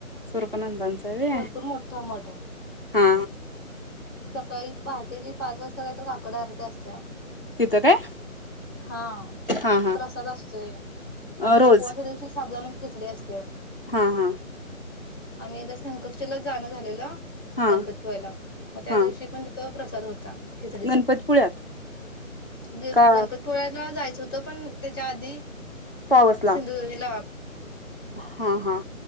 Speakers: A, on the left (about 45°); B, on the left (about 15°).
A: स्वरूपानंदांचा आहे व्हय
B: भरपूर मोठा मठ आहे <unintelligible>
A: हा
B: काही पहाटेची पाच वाजता काही तर काकड आरती असत्या.
A: तिथं काय
B: हा
A: हा
B: प्रसाद असतोय
A: हा
B: आणि
A: रोज
B: उपवासा दिवशी साबुदाण्याची खिचडी अस
A: हा हा.
B: आम्ही एकदा संकष्टीलाच जाणं झालेलं.
A: हा
B: गणपती मग त्या
A: हा
B: दिवशी प्रसाद होता खिचडीचा
A: गणपतीपुळ्यात
B: ग
A: का
B: गणपतपुळ्याला जायच होत पण त्याच्या आधी
A: पावसला
B: सिंधुदुर्ग हेला
A: हा हा